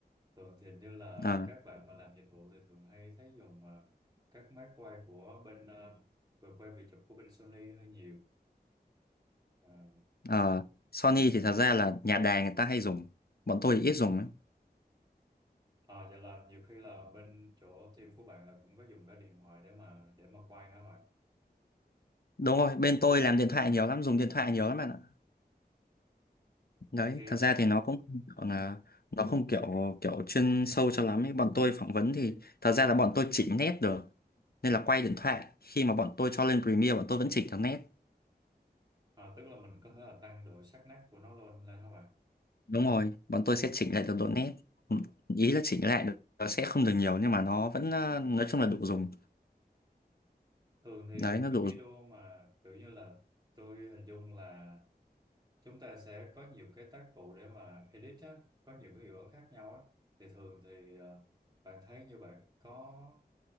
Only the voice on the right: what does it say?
Thường thì hình như là
các bạn mà làm dịch vụ thì thường hay thấy dùng à, các máy quay của bên à, về quay video chụp của bên Sony hơi nhiều À,
à vậy là nhiều khi là bên chỗ team của bạn là cũng có dùng cái điện thoại để mà để mà quay hả bạn?
Thì
à, tức là mình có thể là tăng độ sắc nét của nó lên lên hả bạn?
Thường thì
một
cái
video mà kiểu như là tôi hình dung là chúng ta sẽ có nhiều cái tác vụ để mà edit á, có nhiều cái hiệu ứng khác nhau á. Thì thường thì à, bạn thấy như bạn có